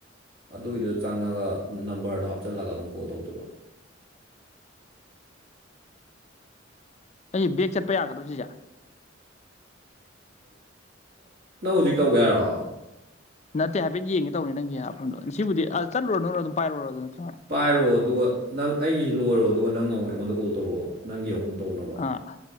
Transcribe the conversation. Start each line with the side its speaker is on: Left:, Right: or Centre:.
Right: ꯑꯗꯨꯒꯤꯗꯣ ꯆꯪꯉꯒ ꯅꯝꯕꯔꯗꯣ ꯍꯥꯞꯆꯜꯂꯒ ꯑꯗꯨꯝ ꯀꯣꯜ ꯇꯧꯗꯣꯏꯕ
Left: ꯑꯩ ꯕꯦꯛ ꯆꯠꯄ ꯌꯥꯒꯗ꯭ꯔꯣ ꯁꯤꯁꯦ
Right: ꯅꯪ ꯍꯧꯖꯤꯛ ꯇꯧꯒꯦꯔꯣ
Left: ꯅꯠꯇꯦ ꯍꯥꯏꯐꯦꯠ ꯌꯦꯡꯉꯦ ꯇꯧꯅꯦ ꯅꯪꯒꯤ ꯍꯥꯏꯐꯝꯗꯣ ꯁꯤꯕꯨꯗꯤ ꯆꯂꯨꯔꯣ ꯅꯪꯅꯣꯝ ꯄꯥꯏꯔꯨꯔꯣ ꯑꯗꯨ ꯅꯠꯇ꯭ꯔꯣ
Right: ꯄꯥꯏꯔꯣ ꯑꯗꯨꯒ ꯅꯪ ꯑꯩꯒꯤꯁꯤ ꯂꯣꯏꯔꯣ ꯑꯗꯨꯒ ꯅꯪ ꯅ ꯑꯩꯉꯣꯟꯗ ꯀꯣꯜ ꯇꯧꯔꯛꯑꯣ ꯅꯪꯒꯤ ꯑꯃꯨꯛ ꯇꯧꯅꯕ
Left: ꯑꯥ